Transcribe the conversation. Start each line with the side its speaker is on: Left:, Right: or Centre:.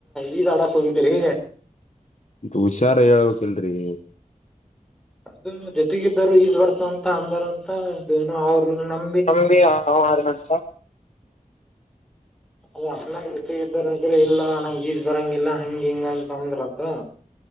Centre: ಈಜಅಡಕ ಹೋಗಿದ್ದರಿ
Left: ಹುಷಾರ ಹೇಳ್ಬೇಕಿಲ್ರಿ
Centre: ಅದು ಜೊತೆಗ್ದರು ಈಜ್ ಬರ್ತ ಅಂತ ಅಂದಾರ ಅಂತ ಅದೆನೋ ಅವರು ನಮ
Left: ತಮ್ಮನಂದಿ ಅರಗಂಟ
Centre: ಅವ ಅಣ್ಣನ್ ಜೊತೆ ಇದೋರ್ಅಂತ್ರ ಇಲ್ಲ ನಂಗಗೆ ಈಜ್ ಬರಂಗಿಲ್ಲ ಹಂಗ ಹಿಂಗ ಅಂತ ಅಂದ್ರತ